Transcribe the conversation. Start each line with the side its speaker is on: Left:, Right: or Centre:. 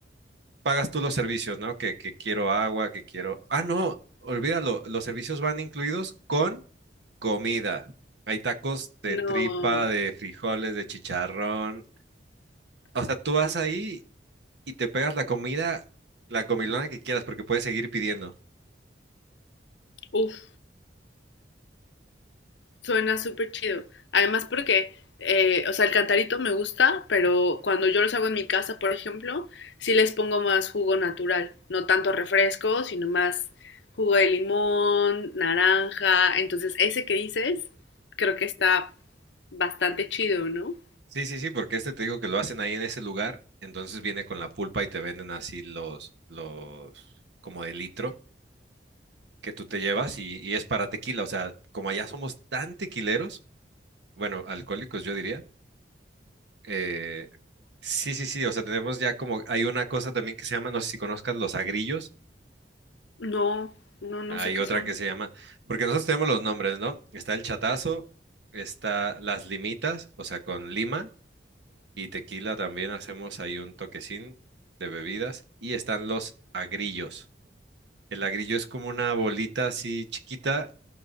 Right: pagas tú los servicios, ¿no? Que, que quiero agua, que quiero... Ah, no, olvídalo, los servicios van incluidos con comida. Hay tacos de
Left: no.
Right: tripa, de frijoles, de chicharrón, O sea, tú vas ahí y te pegas la comida, la comilona que quieras, porque puedes seguir pidiendo.
Left: Uf, suena súper chido. Además porque, eh, o sea, el cantarito me gusta, pero cuando yo los hago en mi casa, por ejemplo, sí les pongo más jugo natural. No tanto refresco, sino más jugo de limón, naranja. Entonces, ese que dices, creo que está bastante chido, ¿no?
Right: Sí, sí, sí, porque este te digo que lo hacen ahí en ese lugar, entonces viene con la pulpa y te venden así los, los, como de litro que tú te llevas y, y es para tequila. O sea, como allá somos tan tequileros, bueno, alcohólicos yo diría, eh, sí, sí, sí, o sea, tenemos ya como, hay una cosa también que se llama, no sé si conozcas, los agrillos.
Left: No, no, no
Right: Hay
Left: sé qué
Right: otra
Left: son.
Right: que se llama, porque nosotros tenemos los nombres, ¿no? Está el chatazo, está las limitas, o sea, con lima y tequila también hacemos ahí un toquecín de bebidas y están los agrillos. El agrillo es como una bolita así chiquita,